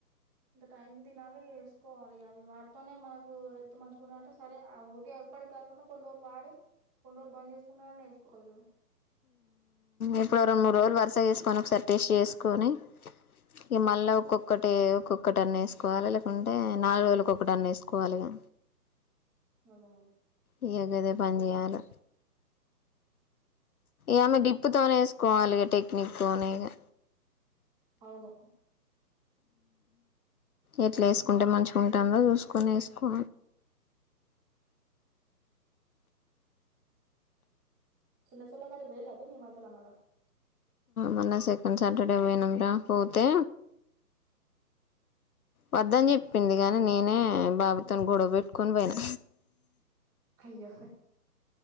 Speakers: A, in the centre; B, on the left.
A: ఇంత టైంకి తినాలి వేసుకోవాలి అవి వాడుతోనే మనకు హెల్త్ మంచిగా అంటే సరే ఓకే ఎప్పటికి కాకుండా కొన్ని రోజులు వాడి కొన్ని రోజులు బంద్ చేసుకుంటానే వేసుకోవాలి కదా.
B: ఇప్పుడు రెండు మూడు రోజులు వరుస చేసుకొని ఒకసారి టేస్ట్ చేసు. కోని ఇ మళ్ళా ఒక్కొక్కటి ఒక్కొక్క ఒక టన్ వేసుకోవాలి లేకుంటే నాలుగు రోజులకు ఒక టన్న వేసుకోవాలిగా
A: అదా
B: ఇగా గదే పని చేయాలి ఏమె డిప్పుతోనీ వే కోవాలిగా టెక్నిక్ తోనేగా
A: అవును
B: ఎట్లే కుంటే మంచిగా
A: చిన్న
B: ఉంటుందో చూసుకని కో
A: చిన్న చెల్లె కాడికి పోయి రా పిన్ని ఈ మధ్యలమల్ల
B: మొన్న సెకండ్ సాటర్డే పోయినం రా పోతే వద్దని చెప్పింది కానీ నేనే బాబుతోనీ గొడవ పెట్టుకొని పోయినా.
A: అయ్యో